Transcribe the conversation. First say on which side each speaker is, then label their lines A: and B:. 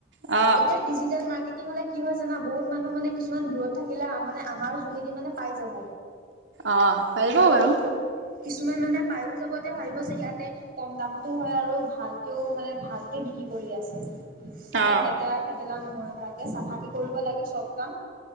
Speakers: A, on the right; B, on the right.
A: অ
B: তেতিয়া ডিজিটেল মাৰ্কেট হলে কি হয় জানা বহুত মানুহ মানে কিছুমান দূৰত থাকিলে মানে আমাৰ যোগেদি মানে পাই যাব।
A: অ, পাৰিব
B: দূৰত
A: বাৰু
B: থাকিলেও কিছুমান মানুহে পায়ো যাব তে ভাবিব যে ইয়াতে কম দামতো হয় আৰু ভালকেও মানে ভালকে বিক্ৰি কৰি আছে? ইমান
A: অ।
B: লেতেৰা খেদেলা নহয় ভালকে চাফাকে কৰিব লাগে চব কাম।